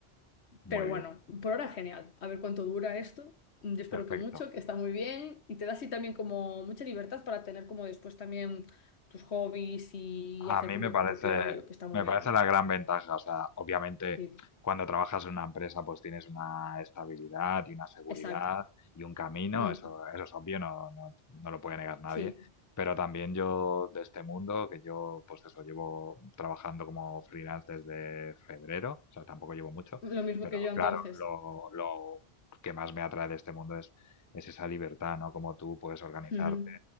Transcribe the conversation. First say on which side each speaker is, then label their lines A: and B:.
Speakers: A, on the left; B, on the left.
A: Muy
B: Pero bueno,
A: bien,
B: por ahora genial. A ver cuánto dura esto. Yo espero
A: perfecto.
B: que mucho, que está muy bien y te da así también como mucha libertad para tener como después también tus hobbies y
A: A
B: hacer
A: mí
B: como
A: me parece,
B: tu propio horario, que está muy
A: me
B: bien.
A: parece la gran ventaja. O sea, obviamente,
B: Sí,
A: cuando trabajas en una empresa, pues tienes una estabilidad y una seguridad
B: exacto.
A: y un camino.
B: Mm,
A: Eso, eso es obvio, no, no, no lo puede negar nadie.
B: sí,
A: Pero también yo, de este mundo, que yo, pues eso, llevo trabajando como freelance desde febrero, o sea, tampoco llevo mucho,
B: lo mismo
A: pero
B: que yo entonces.
A: claro, lo, lo que más me atrae de este mundo es, es esa libertad, ¿no? Como tú puedes organizarte,
B: <laughs> Ujú,